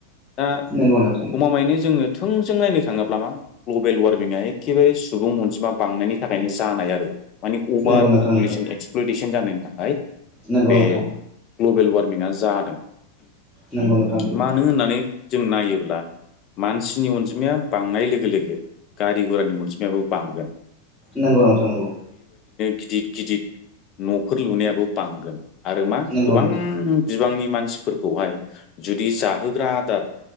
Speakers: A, on the left; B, in the centre.
A: दा
B: नोंगौनो
A: गमामायैनो जोङो थोंजों नायनो थाङोब्ला मा ग्लबेल वारमिंआ एखेबारे सुबुं अनजिमा बांनायनि थाखायनो जानाय आरो माने अभार
B: नंगौ नोंथां
A: पपुलेसन
B: नंगौ
A: एक्सप्लटेसन जानायनि थाखाय
B: नंगौ
A: बे
B: नोंथां
A: ग्लबेल वार्म मिना जादों
B: नंगौ नोंथां नांगौ
A: मानो होननानै जों नायोब्ला मानसिनि अनजिमाया बांनाय लोगो लोगो गारि गुरानि अनजिमायाबो बांगोन
B: नंगौ नोंथां नांगौ
A: गिदिद गिदिद न'फोर लुनायाबो बांगोन आरो मा
B: नंगौ
A: गोबां
B: नोंथां
A: बि बिबांनि मानसिफोरखौहाय जुदि जाहोग्रा आदार